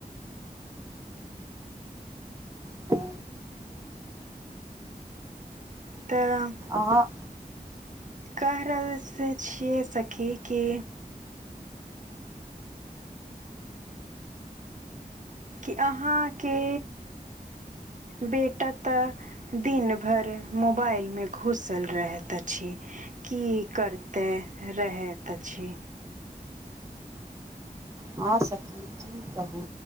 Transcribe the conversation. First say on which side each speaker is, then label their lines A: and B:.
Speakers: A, on the right (about 20°); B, on the right (about 55°).
A: छै
B: तऽ
A: आहाॅं
B: कहि रहल छियै सखी कि कि अहाँके बेटा तऽ दिन भर मोबाइलमे घुसल रहैत अछि की करते रहैत अछि?
A: हॅं सखी की कहू